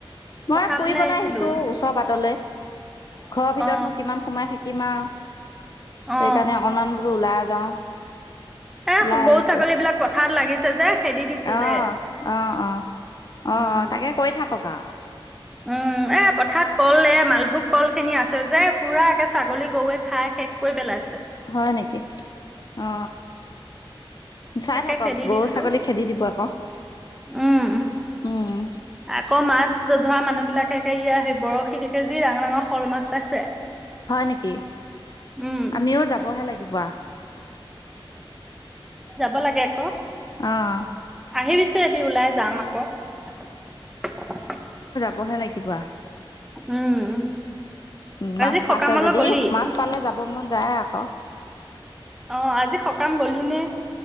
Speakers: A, in the centre; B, on the left.
A: পথাৰ
B: মই ফুৰিবলৈ
A: ফালে আহিছিলো
B: আহিছো ওচৰ পাটলৈ ঘৰৰ ভিতৰতনো
A: অ
B: কিমান সোমাই থাকে আ <unintelligible>
A: অ
B: সেইকাৰণে অকনমান বোলো ওলাই আহো যাওঁ
A: এ
B: ওলাই
A: গৰু
B: আহিছো
A: ছাগলী বিলাক পথাৰত লাগিছে যে খেদি দিছো
B: অ
A: দে
B: অ অ
A: উম
B: অ অ তাকে কৈ থাকো থকা <unintelligible>
A: উম এ পথাত কল এ মালভোগ কল খিনি আছে যে <unintelligible> পুৰা একে ছাগলী গৰুৱে খায় <unintelligible> শেষ কৰি পেলাইছে
B: হয় নেকি অ চাই
A: থাকে
B: থাকক
A: খেদি
B: গৰু
A: দিছো
B: ছাগলী খেদি দিব আকৌ
A: উম
B: উম,
A: আকৌ মাছধোৱা মানুহ <unintelligible> বিলাকে ইয়া সেই বৰশীতে যি ডাঙৰ ডাঙৰ শল মাছ পাইছে <unintelligible>
B: হয় নেকি
A: উম
B: আমিও যাবহে লাগিব বাহ
A: যাব লাগে আকৌ
B: অ'
A: আহিবিছো এটি ওলাই যাম আকৌ <unintelligible>
B: পাবহে লাগিবা <unintelligible> <unintelligible>
A: উম
B: মাছ
A: আজি
B: পাইছে
A: সকামলৈ
B: যদি
A: গলি
B: মাছ পালে যাব মন যায় আকৌ
A: আহ আজি সকাম গলিনে